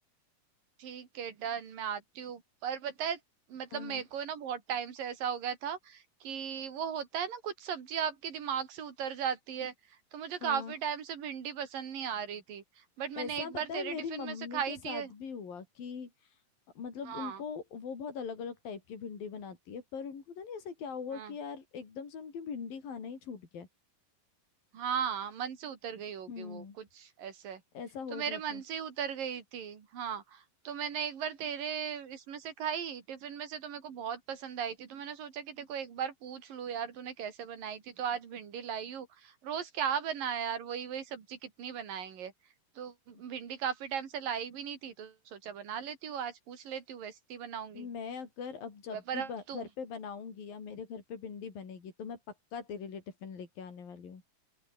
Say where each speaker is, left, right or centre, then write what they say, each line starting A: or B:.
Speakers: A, on the right (about 75°); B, on the left (about 80°).
A: ठीक है डन मैं आती हूँ पर पता है मतलब
B: हाँ
A: मेरे
B: हाँ
A: को ना बहुत टाइम से ऐसा हो गया था कि वो होता है ना कुछ सब्जी आपके दिमाग से उतर जाती है तो मुझे
B: हाँ
A: काफी टाइम से भिंडी पसंद नहीं आ रही थी बट
B: ऐसा
A: मैंने एक
B: पता
A: बार
B: है
A: तेरे
B: मेरी
A: टिफिन
B: मम्मी
A: में से खाई
B: के साथ
A: थी
B: भी हुआ कि मतलब
A: हाँ
B: उनको वो बहुत अलग अलग टाइप की भिंडी बनाती है पर उनको तो नहीं ऐसा क्या हुआ
A: हाँ
B: कि यार एकदम से उनकी भिंडी खाना ही छूट गया
A: हाँ, मन से उतर गई होगी
B: हम्म
A: वो कुछ ऐसे।
B: ऐसा
A: तो
B: हो
A: मेरे
B: जाता
A: मन से ही उतर गई थी। हाँ, तो मैंने एक बार तेरे इसमें से खाई, टिफ़िन में से तो मेरे को बहुत पसंद आई थी। तो मैंने सोचा कि तेरे को एक बार पूछ लूँ यार तूने कैसे बनाई थी। तो आज भिंडी लाई हूँ। रोज़ क्या बनाया यार वही-वही सब्जी कितनी बनाएँगे। तो
B: है
A: भिंडी काफ़ी टाइम से लाई भी नहीं थी तो सोचा बना लेती हूँ आज पूछ लेती हूँ वैसे ही बनाऊँगी।
B: मैं अगर अब जब
A: व पर
B: भी ब-
A: अब तू
B: घर पे बनाऊंगी या मेरे घर पे भिंडी बनेगी तो मैं पक्का तेरे लिए टिफिन लेके आने वाली हूँ